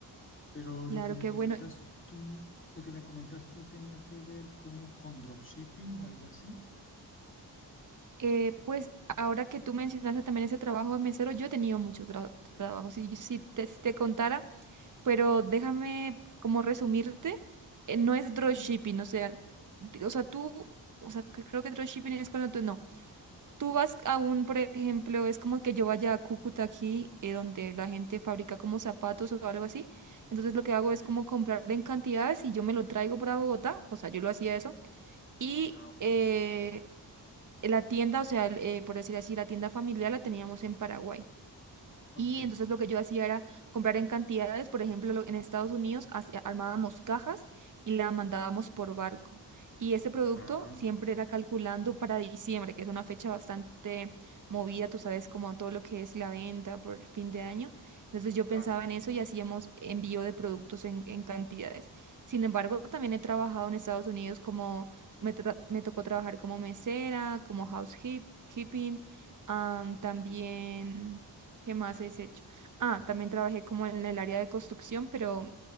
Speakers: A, on the left; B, on the right.
A: Pero
B: Claro,
A: lo que me
B: qué
A: comentas
B: bueno.
A: tú, lo que me comentas tú tenía que ver como con dropshipping o algo así.
B: Eh, pues ahora que tú mencionaste también ese trabajo de mesero, yo he tenido muchos tra- trabajos, si, yo- si te, si te contara, pero déjame como resumirte, eh, no es dropshipping,
A: Ajá.
B: o sea, di- o sea, tú, o sea, que creo que dropshipping es cuando tú, no, tú vas a un, por ejemplo, es como que yo vaya a Cúcuta aquí, eh, donde la gente fabrica como zapatos o algo así, entonces lo que hago es
A: Sí.
B: como comprar en cantidades y yo me lo traigo para Bogotá, o sea, yo lo hacía eso, y...
A: Ah, ok.
B: eh, la tienda, o sea, el, eh, por decir así, la tienda familiar la teníamos en Paraguay.
A: Ok.
B: Y entonces lo que yo hacía era comprar en cantidades, por ejemplo, lo- en Estados Unidos hacía- armábamos cajas y la mandábamos por barco. Y ese producto
A: Ah,
B: siempre era calculando para diciembre, que es una fecha bastante movida, tú sabes, como todo lo que es la venta por fin de año. Entonces yo
A: claro.
B: pensaba en eso y hacíamos envío de productos en, en cantidades. Sin embargo, también he trabajado en Estados Unidos como, me, tra- me tocó trabajar como mesera, como housekeeping,
A: Ok.
B: también... ¿Qué más has hecho? Ah, también trabajé como en el área de construcción, pero